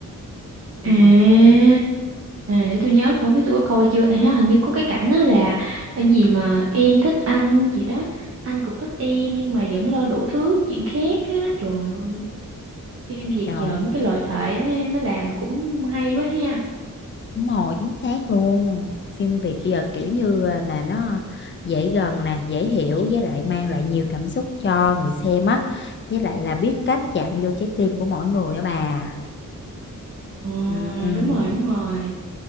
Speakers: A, on the right; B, on the left.
A: à
B: Ừ.
A: để tôi nhớ không biết tôi có coi chưa à hình như có cái cảnh đó là cái gì mà em thích anh gì đó anh cũng thích em nhưng mà vẫn lo đủ thứ chuyện khác á trời ơi phim Việt
B: Rồi,
A: giờ mấy cái lời thoại nó nó làm cũng hay quá ha
B: đúng rồi, chính xác luôn. Phim Việt bây giờ kiểu như à, là nó dễ gần nè, dễ hiểu với lại mang lại nhiều cảm xúc cho người xem á. Với lại là biết cách chạm vô trái tim của mỗi người á bà.
A: Ờ,
B: Ừ.
A: đúng rồi đúng rồi